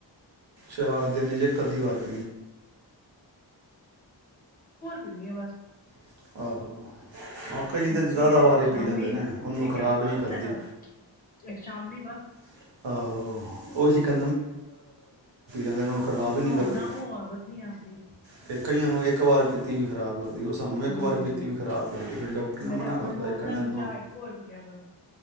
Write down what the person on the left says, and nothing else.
ਪੀਨੀ ਆ ਬਸ
ਸਵੇਰੇ
ਤੇ ਸ਼ਾਮੀ
ਇਹ
ਕ ਆਉਨਾ
ਤ ਨਾਲ ਇੱਕ ਸ਼ਾਮੀ ਬਸ
ਨਹਾਉਣਾ
ਉਹ ਆਦਤ ਨੀ ਆਪਣੀ
ਹੂੰ
ਮੇਰੇ
ਹਸਬੈਂਡ
ਬੋਲਦੇ
ਨੇ
ਚਾਹ ਇੱਕੋ ਰੁਪਈਆ ਕਰ